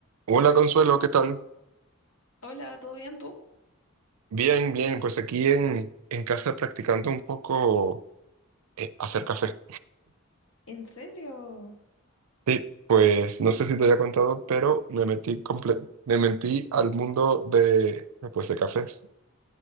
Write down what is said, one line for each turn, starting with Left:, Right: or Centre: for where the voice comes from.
Right: Hola Consuelo, ¿qué tal?
Left: Hola, ¿todo bien tú?
Right: Bien, bien, pues aquí en, en casa practicando un poco eh, hacer café.
Left: ¿En serio?
Right: Sí, pues no sé si te había contado, pero me metí, comple- me metí al mundo de, pues, de cafés.